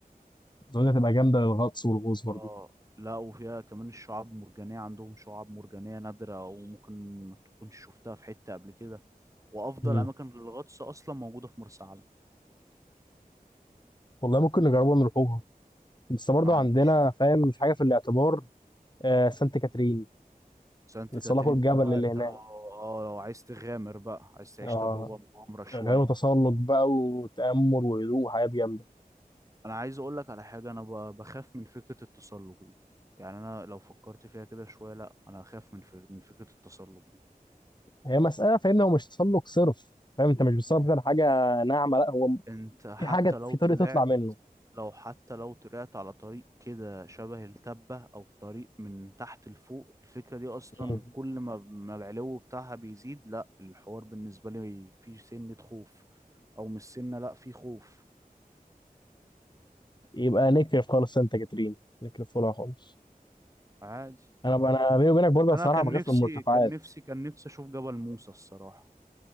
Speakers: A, on the left; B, on the right.
A: اظن هتبقى جامده للغطس والغوص برضه
B: اه لا وفيها كمان الشعاب مرجانية عندهم شعاب مرجانية نادرة وممكن ما تكونش شفتها في حتة قبل كده وأفضل
A: مم.
B: أماكن للغطس أصلا موجودة في مرسى علم
A: والله ممكن نجربها ونروحوها بس برضه
B: ما عنديش
A: عندنا فاهم
B: ما عنديش
A: في حاجه
B: مشكلة
A: في الاعتبار آه سانت كاترين
B: سانت
A: نتسلقوا
B: كاترين
A: الجبل
B: دي بقى
A: اللي
B: أنت
A: هناك
B: لو اه لو عايز تغامر بقى عايز تعيش
A: اه
B: تجربة مغامرة شوية
A: اللي هو تسلق بقى وتامل وهدوء وحاجات جامده
B: أنا عايز أقول لك على حاجة أنا ب- بخاف من فكرة التسلق دي يعني أنا لو فكرت فيها كده شوية لا أنا أخاف من ف... من فكرة التسلق دي
A: هي مساله فاهم هو مش تسلق صرف فاهم انت مش بتسلق على حاجه ناعمه لا هو
B: أنت حتى
A: في حاجه
B: لو
A: في
B: طلعت
A: طريق تطلع منه
B: لو حتى لو طلعت على طريق كده شبه التبة أو طريق من تحت لفوق الفكرة دي أصلا
A: مم.
B: كل ما ما العلو بتاعها بيزيد لا الحوار بالنسبة لي فيه سنة خوف أو مش سنة لا فيه خوف
A: يبقى نكرف خالص سانت كاترين نكرف لها خالص
B: عادي
A: انا انا بيني وبينك برضه
B: أنا
A: الصراحه
B: كان
A: بخاف
B: نفسي
A: من المرتفعات
B: كان نفسي كان نفسي أشوف جبل موسى الصراحة